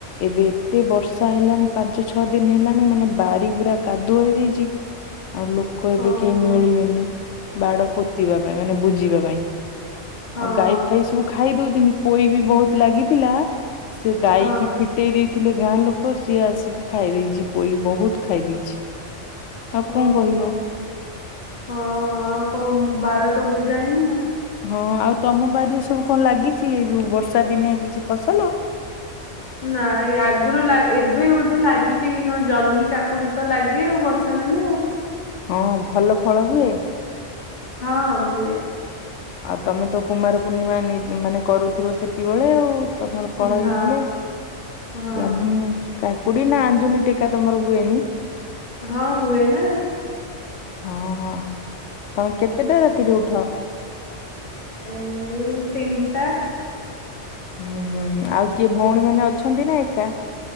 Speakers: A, on the left; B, on the left.
A: ଏବେ ଏତେ ବର୍ଷା ହେଲାଣି ପାଞ୍ଚ ଛଅ ଦିନ ହେଲାଣି ମାନେ ବାରି ପୁରା କାଦୁଅ ହେଇଯାଇଚି ଆଉ ଲୋକ ଏବେ
B: ହଁ
A: କେହି
B: ହଁ
A: ମିଳିବେନି ବାଡ଼ ପୋତିବା ପାଇଁ ମାନେ ବୁଝିବା ପାଇଁ
B: ହଁ
A: ଆଉ ଗାଈ ଫାଇ ସବୁ ଖାଇ ଦଉଚନ୍ତି ପୋଇବି ବହୁତ୍ ଲାଗିଥିଲା ସେ ଗାଈକି
B: ହଁ
A: ଫିଟେଇ ଦେଇ ଥିଲେ ଗାଁ ଲୋକ ସିଏ ଆସିକି ଖାଇ ଦେଇଚି ପୋଇ ବହୁତ୍ ଖାଇ ଦେଇଚି। ଆଉ କଣ
B: ଓହୋ
A: କହିବ?
B: ହଁ ଆଉ କଁ ବାରତ ବୂଜା ହେଇନି ଆଉ।
A: ହଁ ଆଉ ତମ ବାରିରେ ସବୁ କଣ ଲାଗିଚି ଏଯୋଉ ବର୍ଷା ଦିନିଆ କିଛି ଫସଲ
B: ନାଇଁ ଆଗରୁ ଲା ଏବେ ବୋଧେ ଲାଗିଚିକି କଣ ଜହ୍ନି କାକୁଡ଼ି ତଲାଗେ ଆଉ ବର୍ଷା ଦିନେ ଆଉ।
A: ହଁ ଭଲ ଫଳ ହୁଏ?
B: ହଁ ହୁଏ।
A: ଆଉ ତମେ ତ କୁମାର ପୂର୍ଣ୍ଣିମା ନେ ମାନେ କରୁଥିବ ସେତବେଳେ ଆଉ। ତମର ଫଳ
B: ହଁ
A: ହେଇଥିଲେ
B: ହଁ
A: ଜହ୍ନି କାକୁଡ଼ିନା ଆଞ୍ଜଳି ଟେକା ତମର ହୁଏନି।
B: ହଁ ହୁଏ ନା।
A: ହଁ ହଁ ତମେ କେତେଟା ରାତିରେ ଉଠ?
B: ଏଇ ତିନିଟା।
A: ହୁଁ ହୁଁ ହୁଁ, ଆଉ କିଏ ଭଉଣୀ ମାନେ ଅଛନ୍ତି ନା ଏକା?